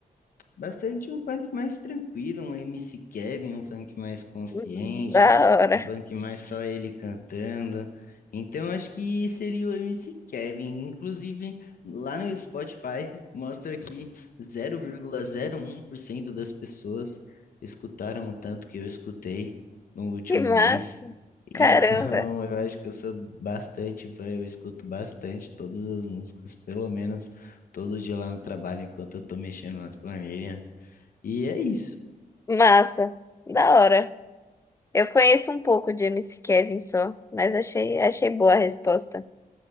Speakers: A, on the left; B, on the left.
A: Bastante um funk mais tranquilo, um MC Kevin, um funk mais consciente,
B: Hum, Da hora.
A: um funk mais só ele cantando. Então acho que seria o MC Kevin. Inclusive, lá no Spotify mostra que 0,01% das pessoas escutaram o tanto que eu escutei no último
B: Que massa.
A: mês. Então,
B: Caramba.
A: <laughs> eu acho que eu sou bastante fã, eu escuto bastante todas as músicas, pelo menos todo dia lá no trabalho, enquanto eu tô mexendo nas planilhas. E é isso.
B: Massa. Da hora. Eu conheço um pouco de MC Kevin só, mas achei, achei boa a resposta.